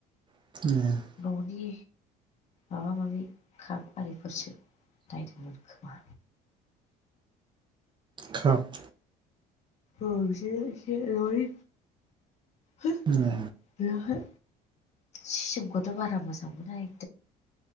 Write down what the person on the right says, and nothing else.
<unintelligible>
खाप
ए